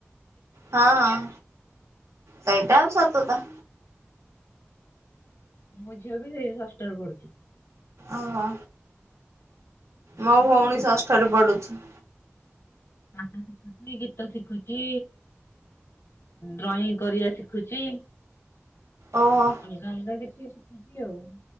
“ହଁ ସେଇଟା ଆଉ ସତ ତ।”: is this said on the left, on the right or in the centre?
Right